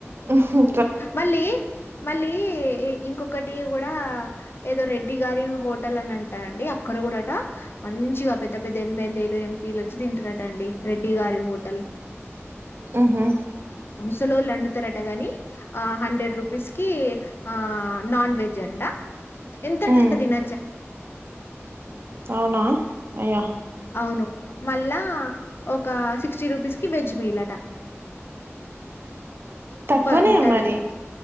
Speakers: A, on the right (about 50°); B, on the left (about 50°).
A: ఉ హు
B: మళ్ళీ మళ్ళీ ఇంకొకటి గుడా ఏదో రెడ్ బిగారివు బొ పట్టలని అంటా అండి అక్కడ కూడాట మంచిగా పెద్ద పెద్ద ఎమ్మెల్యేలు ఎంపీలు వచ్చి తింటున్నట అండి రెడ్డి గారి హోటల్
A: ఆహా
B: సలోలు వండుతారట గాని హండ్రెడ్ రూపీస్ కి ఆ నాన్ వెజ్ అంట ఎంతర్త
A: ఉ
B: అంత దిన
A: అవునా అయ్యో
B: అవును మళ్ళా ఒక సిక్స్టీ రూపీస్కి వెజ్ మీిలట సూపర్
A: తక్కువనే
B: ఉంటదా
A: మరి